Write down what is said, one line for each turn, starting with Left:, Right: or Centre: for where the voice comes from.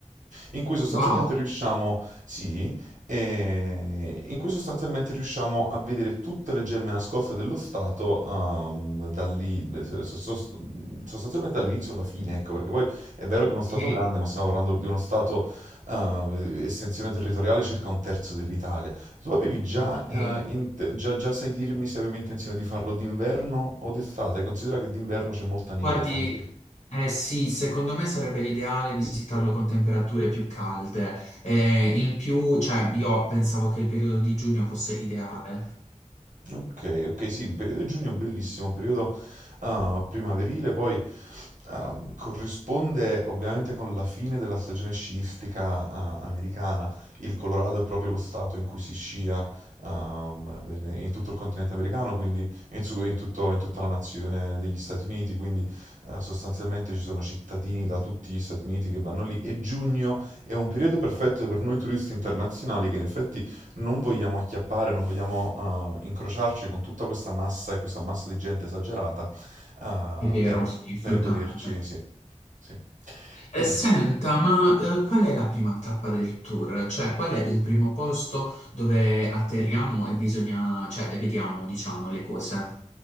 Right: in cui sostanzialmente
Left: Wow,
Right: riusciamo, sì, eh, in cui sostanzialmente riusciamo a vedere tutte le gemme nascoste dello Stato ehm, da lì, eh, so- so- sostanzialmente dall'inizio alla fine, ecco, perché poi è vero che è uno
Left: ok,
Right: Stato grande, ma stiamo parlando di uno Stato eh, estensione territoriale circa un terzo dell'Italia. Tu avevi già,
Left: ok.
Right: eh, int- già, già sai dirmi se avevi intenzione di farlo d'inverno o d'estate? Considera che d'inverno c'è molta neve,
Left: Guardi,
Right: fa molto...
Left: Eh sì, secondo me sarebbe l'ideale visitarlo con temperature più calde. Eh, in più, cioè, io pensavo che il periodo di giugno fosse l'ideale.
Right: Ok, ok, sì, il periodo di giugno è bellissimo, periodo ah, primaverile, poi ehm, corrisponde ovviamente con la fine della stagione sciistica ah, americana. Il Colorado è proprio lo stato in cui si scia ehm, bene, in tutto il continente americano, quindi in, su- in tutto- in tutta la nazione degli Stati Uniti, quindi eh, sostanzialmente ci sono cittadini da tutti gli Stati Uniti che vanno lì e giugno è un periodo perfetto per noi turisti internazionali che in effetti non vogliamo acchiappare, non vogliamo eh, incrociarci con tutta questa massa e questa massa di gente esagerata eh,
Left: È vero,
Right: per,
Left: sì, assolutamente.
Right: per goderci, sì, sì.
Left: Eh,
Right: E,
Left: senta, ma eh, qual è la prima tappa del tour? Cioè, qual è il primo posto dove atterriamo e bisogna, cioè, e vediamo, diciamo, le cose?